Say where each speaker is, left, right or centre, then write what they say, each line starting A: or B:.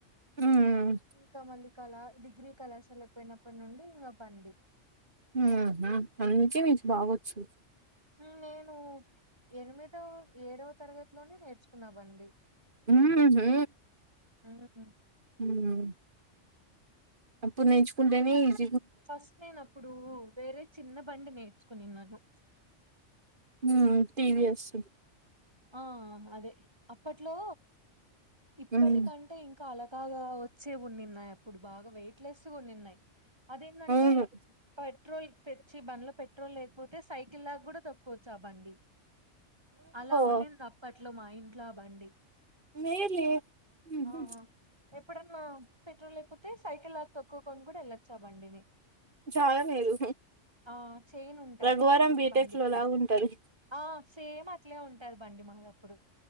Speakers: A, on the right; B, on the right.
A: హ్మ్
B: ఇంకా మళ్ళీ, కళా డిగ్రీ కళాశాల అయిపోయినప్పటి నుండి ఇంగా బండి.
A: ఉమ్ నా అందుకే మీకు బావొచ్చు.
B: ఉమ్ నేను ఎనిమిదో, ఏడవ తరగతిలోనే నేర్చుకున్నా బండి.
A: ఉమ్మ్ హు
B: ఉమ్మ్ హు
A: ఉమ్ అప్పుడు నేర్చుకుంటేనే ఈజ్
B: ఫస్ట్ నేన్ అప్పుడు, వేరే చిన్న బండి నేర్చుకోనినాను
A: ఉమ్ టీవీ ఎస్
B: ఆ హ్ అదే అప్పట్లో ఇప్పటికంటే
A: హ్మ్
B: ఇం కలకాగా వచ్చే ఉన్నిన్నాయి అప్పుడు బాగా వెయిట్ లెస్ కొన్నిన్నాయి. అదేందాంటే
A: అవును
B: పెట్రోల్ తెచ్చి బండ్లో పెట్రోల్ లేకపోతే సైకిల్ లాగా గుడా తోక్కోచ్చు ఆ బండి. అలా ఉండింది
A: ఓ
B: అప్పట్లో, మా ఇంట్ల బండి
A: మేలే ఉహు
B: ఆహా ఎప్పుడన్నా పెట్రోల్ అయిపోతే సైకిల్ లాగా తొక్కుకొని గుడా ఎళ్ళొచ్చు ఆ బండిని.
A: చాలా మేలు
B: ఆ చైన్ ఉంటది,
A: రఘువరం
B: దానికి
A: బీటెక్
B: బండికి.
A: లో లాగా ఉంటది
B: ఆ సేమ్ అట్లే ఉంటది బండి మాది అప్పుడు.